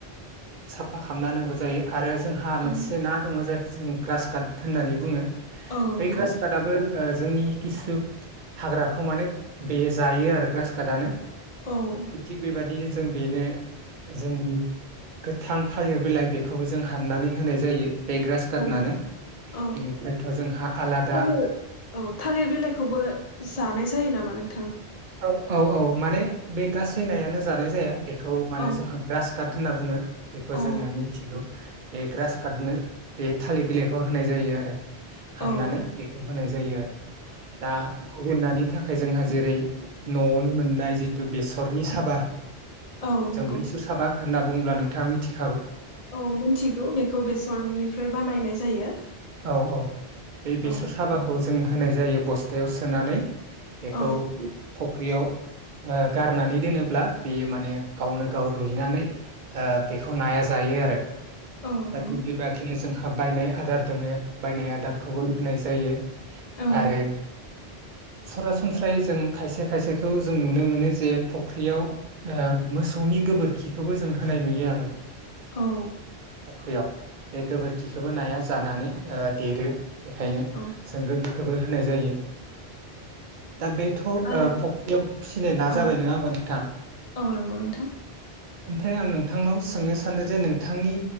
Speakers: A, on the right (about 50°); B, on the left (about 40°).
A: फा खालामना नांगौ जायो। आरो जोंहा मोनसे
B: औ
A: ना दङ जाय जों ग्रास काट होननानै बुङो।
B: औ
A: बे
B: नंगौ
A: ग्रास काटाबबो ओ जोंनि खिसु हाग्राखौ माने बेयो जायो आरो ग्रास काटानो।
B: औ
A: थिग बेबादिनो जों बेनो जोंनि गोथां थालिर बिलाइ बेखौबो जों हाननानै होनाय जायो। बे ग्रास
B: औ
A: काटनानो बेनिफ्रायथ'
B: औ
A: जोंहा आलादा
B: थालिर औ थालिर बिलाइखौबो जानाय जायो नामा नों
A: औ औ औ। माने बे गासैनायानो जानाय जाया। बेखौ माने
B: औ
A: जोंहा ग्रास काट होनना बुङो। बेखौ
B: औ
A: जोङो मिथिगौ। बे ग्रास काटनो बे थालिर बिलाइखौ होनाय जायो आरो। हाननानै
B: औ
A: बेखौ होनाय जायो आरो दा गुबुन नानि थाखाय जोंहा जेरै न'आवनो मोन नाय जिथु बेसरनि साबा
B: औ नंगौ
A: जों बिसुर साबा होनना बुंब्ला नोंथाङा मिथि-
B: औ मिथिगौ बेखौ बेसरनिफ्राय बानायनाय जायो।
A: औ औ बे बेसर
B: औ
A: साबाखौ जों होनाय जायो बस्थायाव सोनानै बेखौ
B: औ
A: फुख्रियाव गारनानै दोनोब्ला बेयो माने गावनो गाव रुइनानै बेखौ नाया जायो आरो
B: औ नंगौ
A: <unintelligible> बायनाय आदार दोङो बायनाय आदारखौबो होनाय जायो
B: औ
A: आरो सरासनस्रायै जों खायसे खायसेखौ जों नुनो मोनो जे फख्रियाव मोसौनि गोबोरखिखौबो जों होनाय नुयो आरो
B: औ
A: फख्रियाव बे गोबोरखिखौबो नाया- जानानै देरो बेखायनो
B: औ
A: जों गोबोर- खौबो होनाय जायो। दा बेथ'
B: आरो
A: फुख्रियाव फिसिनाय ना
B: औ
A: जाबाय नङा होमबा नोंथां
B: औ नंगौ नोंथां
A: ओमफ्राय आं नोंथांनाव सोंनो सानदों जे नोंथांनि